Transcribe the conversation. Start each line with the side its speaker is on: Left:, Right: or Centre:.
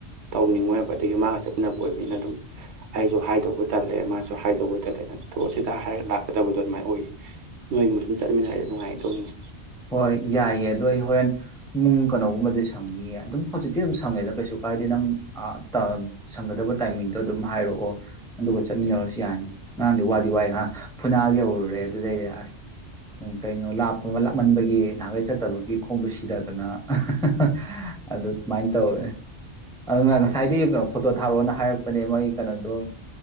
Right: ꯇꯧꯅꯤꯡꯉꯣꯏꯕ ꯑꯗꯒꯤ ꯃꯥꯒ ꯆꯠꯃꯤꯅꯕ ꯑꯣꯏꯕꯅꯤꯅ ꯑꯗꯨꯝ ꯑꯩꯁꯨ ꯍꯥꯏꯗꯧꯕ ꯇꯜꯂꯦ ꯃꯥꯁꯨ ꯍꯥꯏꯗꯧꯕ ꯇꯜꯂꯦ ꯇ ꯁꯤꯗ ꯍꯥꯏꯔꯒ ꯂꯥꯛꯀꯗꯕꯗꯣ ꯑꯗꯨꯃꯥꯏꯅ ꯑꯣꯏꯔꯤ ꯅꯣꯏꯒꯨꯝꯕ ꯎꯨ ꯆꯠꯃꯤꯟꯅꯔꯗꯤ ꯅꯨꯡꯉꯥꯏꯒꯗꯧꯅꯤꯅꯦ
Centre: ꯍꯣꯏ ꯌꯥꯏꯌꯦ ꯑꯗꯣ ꯑꯩ ꯍꯣꯔꯦꯟ ꯄꯨꯡ ꯀꯩꯅꯣꯒꯨꯝꯕꯗꯤ ꯁꯪꯅꯤꯌꯦ ꯑꯗꯨꯝ ꯍꯧꯖꯤꯛꯇꯤ ꯑꯗꯨꯝ ꯁꯪꯉꯦꯗ ꯀꯩꯁꯨ ꯀꯥꯏꯗꯦ ꯅꯪ ꯑꯥ ꯇꯥ ꯁꯪꯒꯗꯕ ꯇꯥꯏꯃꯤꯡꯗꯣ ꯑꯗꯨꯝ ꯍꯥꯏꯔꯛꯑꯣ ꯑꯗꯨꯒ ꯆꯠꯃꯤꯟꯅꯔꯁꯨ ꯌꯥꯅꯤ ꯉꯔꯥꯡꯗꯤ ꯋꯥꯗꯤ ꯋꯥꯏ ꯉꯥꯡ ꯐꯨꯅꯥꯜ ꯌꯧꯔꯨꯔꯦ ꯑꯗꯨꯗꯩꯗꯤ ꯑꯁ ꯀꯩꯅꯣ ꯂꯥꯞꯄ ꯑꯃ ꯂ ꯃꯟꯕꯒꯤ ꯅꯍꯥꯟꯒꯩ ꯆꯠꯇꯕꯒꯤ ꯈꯣꯡꯗꯣ ꯁꯤꯗꯗꯅ ꯑ ꯍ ꯍ ꯍ ꯑꯗꯨ ꯑꯗꯨꯃꯥꯏꯅ ꯇꯧꯋꯦ ꯑꯗꯨꯅ ꯉꯁꯥꯏꯗꯤ ꯐꯣꯇꯣ ꯊꯥꯔꯛꯑꯣꯅ ꯍꯥꯏꯔꯛꯄꯅꯦ ꯃꯣꯏ ꯀꯩꯅꯣꯗꯣ